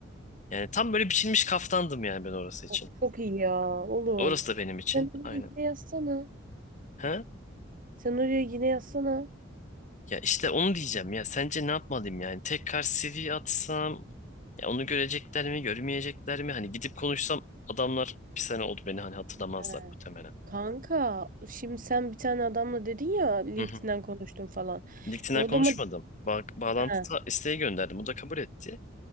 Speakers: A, on the left (about 40°); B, on the right (about 45°).
A: Yani tam böyle biçilmiş kaftandım yani ben orası için.
B: Çok, çok iyi ya oğlum.
A: Orası da benim için.
B: Sen oraya
A: Aynen.
B: yine yazsana.
A: Ha?
B: Sen oraya yine yazsana.
A: Ya işte onu diyeceğim ya. Sence ne yapmalıyım yani? Tekrar CV atsam ya onu görecekler mi, görmeyecekler mi? Hani gidip konuşsam adamlar bir sene oldu beni hani hatırlamazlar
B: He.
A: muhtemelen.
B: Kanka şimdi sen bir tane adamla dedin ya LinkedIn'den
A: Hı hı.
B: konuştum falan.
A: LinkedIn'den
B: E o
A: konuşmadım.
B: da mı?
A: Ba bağlantı
B: He.
A: ta- isteği gönderdim. O da kabul etti.